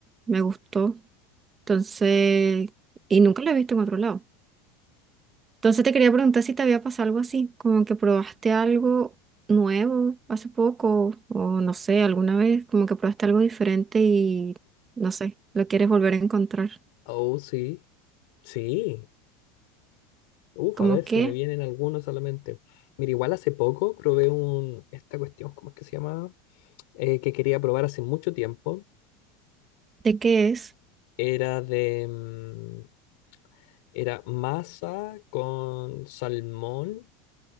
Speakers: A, on the right (about 15°); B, on the left (about 60°).
A: me gustó, entonces, y nunca lo he visto en otro lado. Entonces te quería preguntar si te había pasado algo así, como que probaste algo nuevo hace poco o no sé, alguna vez, como que probaste algo diferente y no sé, lo quieres volver a encontrar.
B: Oh, sí. Sí. Uf,
A: ¿Cómo
B: a ver, se
A: qué?
B: me vienen algunos a la mente. Mira, igual hace poco probé un, esta cuestión, ¿cómo es que se llama? Eh, que quería probar hace mucho tiempo.
A: ¿De qué es?
B: Era de, mm, era masa con salmón